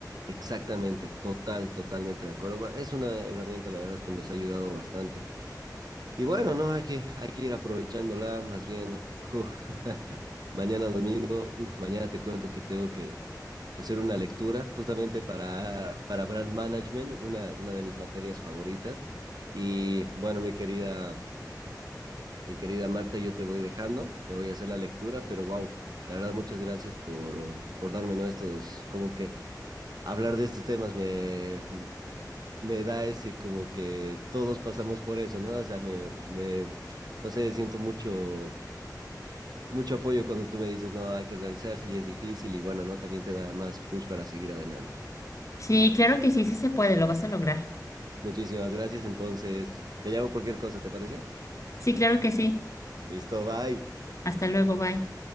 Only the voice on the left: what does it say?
Sí, claro que sí, sí se puede, lo vas a lograr.
Sí, claro que sí.
Hasta luego, bye.